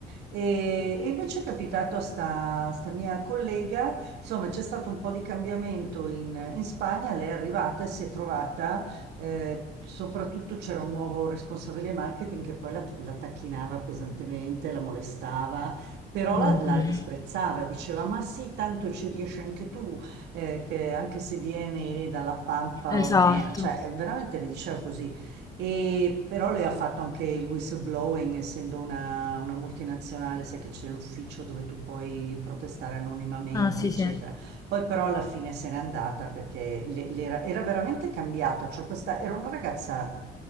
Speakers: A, on the right; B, on the left.
A: E, e invece è capitato a sta, sta mia collega Insomma, c'è stato un po' di cambiamento in, in Spagna, lei è arrivata e si è trovata, eh, soprattutto c'era un nuovo responsabile marketing che poi la, la tacchinava pesantemente, la molestava, però la,
B: Oddio.
A: la disprezzava, diceva, ma sì, tanto ci riesci anche tu, eh, che anche se vieni dalla Pampa romena,
B: Esatto.
A: cioè veramente le diceva così. E però lei ha fatto anche il whistleblowing, essendo una, una multinazionale, sai che c'è l'ufficio dove tu puoi protestare anonimamente,
B: Ah, sì,
A: eccetera.
B: sì.
A: Poi però alla fine se n'è andata perché le- le era, era veramente cambiata, cioè questa era una ragazza